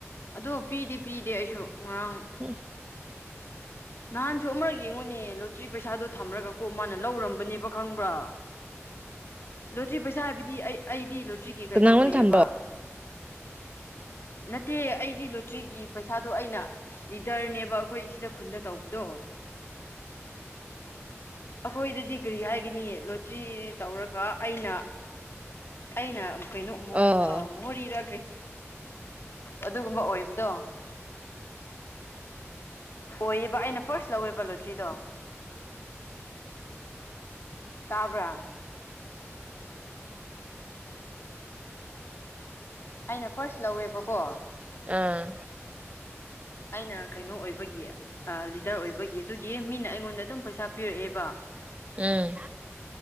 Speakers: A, on the left (about 55°); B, on the right (about 25°).
A: ꯑꯗꯣ ꯄꯤꯗꯤ ꯄꯤꯗꯦ ꯑꯩꯁꯨ ꯉꯔꯥꯡ
B: ꯎ
A: ꯅꯍꯥꯟꯁꯨ ꯑꯃꯔ ꯌꯦꯡꯉꯨꯅꯦ ꯂꯣꯇ꯭ꯔꯤ ꯄꯩꯁꯥꯗꯣ ꯊꯝꯔꯒꯀꯣ ꯃꯥꯅ ꯂꯧꯔꯝꯕꯅꯦꯕ ꯈꯪꯕ꯭ꯔꯥ ꯂꯣꯇ꯭ꯔꯤ ꯄꯩꯁꯥ ꯍꯥꯏꯕꯗꯤ ꯑꯩ ꯑꯩꯗꯤ ꯂꯣꯇ꯭ꯔꯤꯒꯤ ꯀꯩꯅꯣ
B: ꯅꯪꯉꯣꯟꯗ
A: ꯑꯣꯏꯌꯦꯕ
B: ꯊꯝꯕ꯭ꯔꯣ
A: ꯅꯠꯇꯦ ꯑꯩꯗꯤ ꯂꯨ ꯭ꯔꯤꯒꯤ ꯄꯩꯁꯥꯗꯣ ꯑꯩꯅ ꯂꯤꯗꯔꯅꯦꯕ ꯑꯩꯈꯣꯏ ꯁꯤꯗ ꯈꯨꯟꯗ ꯗꯣ ꯑꯩꯈꯣꯏꯗꯗꯤ ꯀꯔꯤ ꯍꯥꯏꯒꯅꯤ ꯂꯣꯇ꯭ꯔꯤ ꯇꯧꯔꯒ ꯑꯩꯅ ꯑꯩꯅ ꯀꯩꯅꯣ
B: ꯑꯣ
A: ꯃꯣꯔꯔꯤꯔ ꯑꯗꯨꯒꯨꯝꯕ ꯑꯣꯏꯕꯗꯣ ꯑꯣꯏꯌꯦꯕ ꯑꯩꯅ ꯐꯥꯔꯁ ꯂꯧꯋꯦꯕ ꯂꯣꯇ꯭ꯔꯤꯗꯣ ꯇꯥꯕ꯭ꯔꯥ ꯑꯩꯅ ꯐꯥꯔꯁ ꯂꯧꯋꯦꯕꯀꯣ
B: ꯑꯥ
A: ꯑꯩꯅ ꯀꯩꯅꯣ ꯑꯣꯏꯕꯒꯤ ꯑ ꯂꯤꯗꯔ ꯑꯣꯏꯕꯒꯤ ꯑꯗꯨꯒꯤ ꯃꯤꯅ ꯑꯩꯉꯣꯟꯗ ꯑꯗꯨꯝ ꯄꯩꯁꯥ ꯄꯤꯔꯛꯑꯦꯕꯥ
B: ꯎꯡ